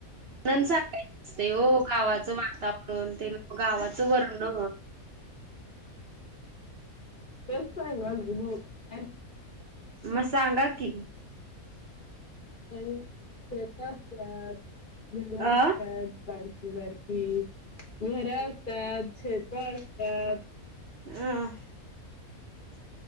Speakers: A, on the right; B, on the left.
A: म्ह सांगायच असते हो गावाचं वातावरण ते गावाचं वर्णन.
B: तेच सांगालोय <unintelligible>
A: म सांगा की.
B: अ शेत असतात, घर
A: अ
B: असतात. बा रकी बारकी घर असतात, शेत असतात.
A: ह.